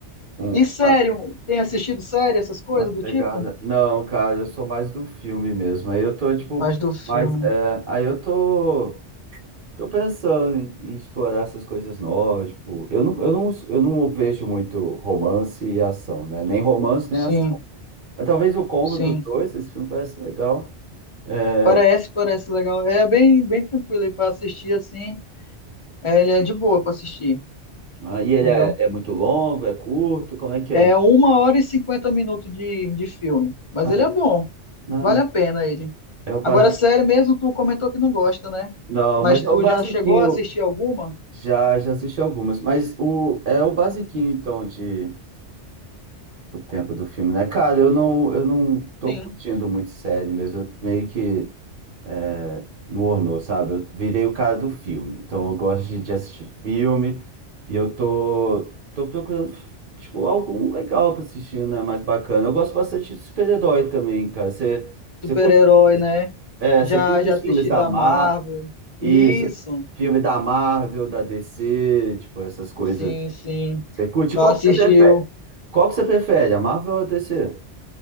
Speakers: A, on the right; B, on the left.
A: um-
B: E sério,
A: uma,
B: tem assistido série, essas coisas
A: uma
B: do
A: pegada.
B: tipo?
A: Não, cara, eu sou mais do filme mesmo. Aí eu tô, tipo,
B: Mas do filme,
A: mais. é,
B: né?
A: aí eu tô, tô pensando em, em explorar essas coisas novas. Tipo, eu não, eu não, eu não vejo muito romance e ação, né? Nem romance, nem
B: Sim,
A: ação. Mas talvez o combo
B: sim.
A: dos dois, esse filme parece legal. É,
B: Parece, parece legal. É bem, bem tranquilo aí pra assistir assim É, ele é de boa pra assistir,
A: aí ele
B: entendeu?
A: é, é muito longo, é curto, como é que
B: É
A: é?
B: uma hora e cinquenta minutos de, de filme, mas
A: Ah,
B: ele
A: é-
B: é bom,
A: não,
B: vale
A: mas
B: a pena ele.
A: é o base.
B: Agora, sério mesmo, tu comentou que não gosta, né?
A: Não,
B: Mas
A: mas é
B: tu
A: o basiquinho.
B: já chegou a assistir alguma?
A: Já, já assisti algumas, mas o, é o basiquinho, então, de o tempo do filme, né? Cara, eu não, eu não tô
B: Sim,
A: curtindo muito série mesmo, eu meio que é, no ornou, sabe? Eu virei o cara do filme, então eu gosto de, de assistir filme e eu tô, tô procurando, tipo, algo legal pra assistir, né? Mais bacana. Eu gosto bastante de super-herói também, cara. Você, você
B: super-herói,
A: curte,
B: né?
A: é,
B: Já,
A: você curte
B: já
A: os
B: assisti
A: filmes da
B: da
A: Marvel?
B: Marvel.
A: Isso.
B: Isso,
A: Filme da Marvel, da DC, tipo, essas coisas.
B: sim, sim.
A: Você curte?
B: Eu
A: Qual
B: assisti
A: que você prefere?
B: o
A: Qual que você prefere, a Marvel ou a DC?